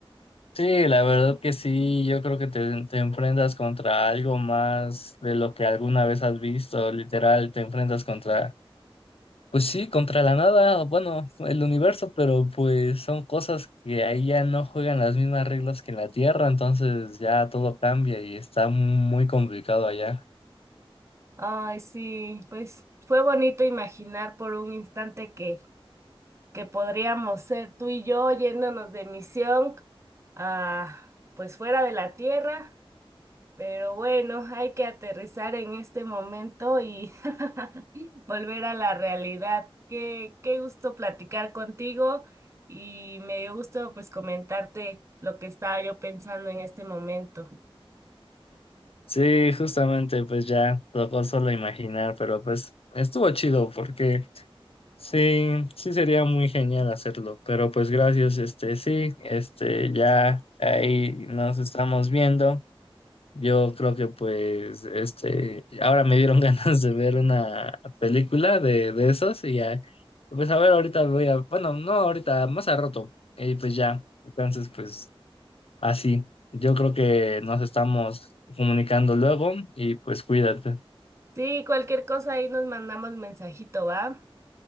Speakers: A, on the left; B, on the right.
A: Sí, la verdad que sí, yo creo que te, te enfrentas contra algo más de lo que alguna vez has visto, literal, te enfrentas contra, pues sí, contra la nada, bueno, el universo, pero pues son cosas que ahí ya no juegan las mismas reglas que en la Tierra, entonces ya todo cambia y está muy complicado allá.
B: Ay, sí, pues fue bonito imaginar por un instante que que podríamos ser tú y yo yéndonos de misión a, pues fuera de la Tierra, pero bueno, hay que aterrizar en este momento y <laughs> volver a la realidad. Qué, qué gusto platicar contigo y me dio gusto pues comentarte lo que estaba yo pensando en este momento.
A: Sí, justamente, pues ya tocó solo imaginar, pero pues estuvo chido porque sí, sí sería muy genial hacerlo, pero pues gracias, este, sí, este, ya ahí nos estamos viendo. Yo creo que pues, este, ahora me dieron <laughs> ganas de ver una película de, de esos y ya, pues a ver, ahorita voy a, bueno, no ahorita, más a rato, y pues ya, entonces pues... Así, yo creo que nos estamos comunicando luego y pues cuídate.
B: Sí, cualquier cosa ahí nos mandamos mensajito, ¿va?